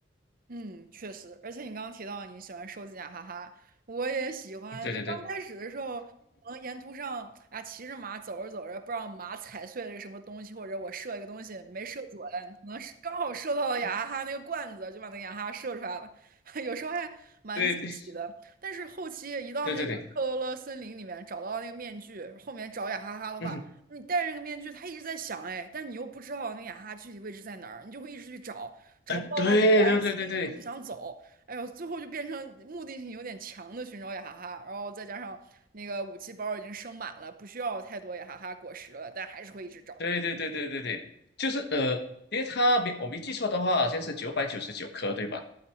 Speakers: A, on the right (about 50°); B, on the left (about 60°).
A: 嗯，确实，而且你刚刚提到你喜欢收集雅哈哈，我也喜欢。
B: 对对对
A: 就刚开始的时候，可能沿途上啊，骑着马走着走着，不知道马踩碎了个什么东西，或者我射一个东西没射准，可能是刚好射到了雅哈哈那个罐子，就把那个雅哈哈射出来了。<laughs> 有时候还蛮惊喜的。
B: 对
A: 但是后期一到那个克罗勒森林里面找到那个面具，
B: 对对对，
A: 后面找雅哈哈的话，
B: 嗯，
A: 你戴着那个面具，他一直在想哎，但你又不知道那个雅哈哈具体位置在哪儿，你就会一直去找。找不到的话，
B: 呃，对对对对对。
A: 又不安心，又不想走，
B: <laughs>
A: 哎呦，最后就变成目的性有点强的寻找雅哈哈，然后再加上那个武器包已经升满了，不需要太多雅哈哈果实了，但还是会一直找。
B: 对对对对对对，就是呃，因为它没我没记错的话，好像是九百九十九颗，对吧？